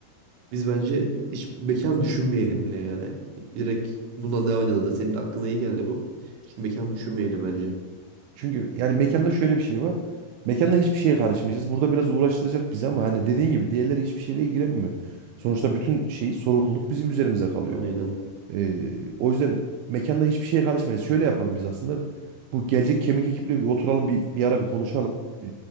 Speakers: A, on the right; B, on the right.
A: Biz bence hiç mekan düşünmeyelim bile yani. Direkt bundan devam edelim. Da senin aklına iyi geldi bu. Hiç mekan düşünmeyelim bence.
B: Çünkü yani mekanda şöyle bir şey var. Mekanda hiçbir şeye karışmayacağız. Burada biraz uğraştıracak bizi ama hani dediğin gibi diğerleri hiçbir şeyle ilgilenmiyor. Sonuçta bütün şey sorumluluk bizim üzerimize kalıyor.
A: Aynen.
B: Ee, o yüzden mekanda hiçbir şeye karışmayız. Şöyle yapalım biz aslında. Bu gelecek kemik ekiple bir oturalım bir, bir ara bir konuşalım. Ee,